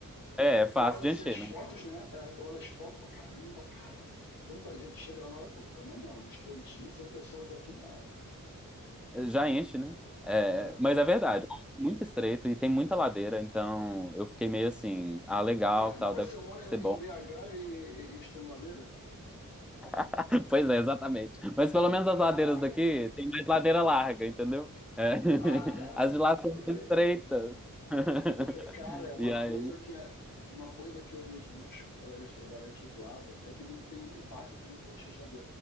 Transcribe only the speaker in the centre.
É,
é fácil
de
encher,
né?
Já enche, né? É,
mas é verdade, muito estreito e tem muita ladeira, então eu fiquei meio assim, ah, legal,
tal,
deve
ser bom.
<laughs> Pois é, exatamente. Mas pelo menos as
ladeiras daqui tem mais ladeira larga, entendeu? É. <laughs>
As de lá são
mais estreitas. <laughs>
E aí,